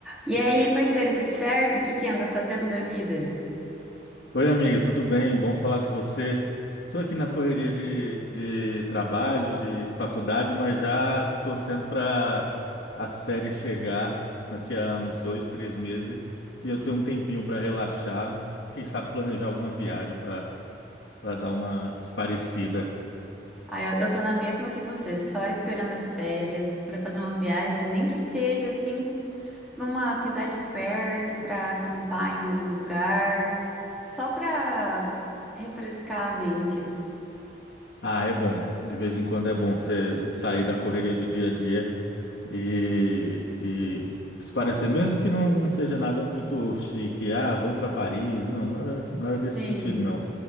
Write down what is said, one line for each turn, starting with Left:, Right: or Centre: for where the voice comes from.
Centre: E aí, parceira, tudo certo? O que que anda fazendo da vida?
Left: Oi, amiga, tudo bem? Bom falar com você. Estou aqui na correria de, de trabalho, de faculdade, mas já torcendo para as férias chegar daqui a uns dois, três meses e eu ter um tempinho para relaxar. Quem sabe planejar alguma viagem para para dar uma esparecida.
Centre: Ah, eu, eu tô na mesma que você, só esperando as férias pra fazer uma viagem, nem que seja assim pra uma cidade perto, pra acampar em algum lugar, só pra refrescar a mente.
Left: Ah, é bom. De vez em quando é bom você sair da correria do dia a dia E, e se parecer, mesmo que não, não seja nada muito chique, ah, vou para Paris, não, nada, nada desse
Centre: Sim.
Left: sentido, não.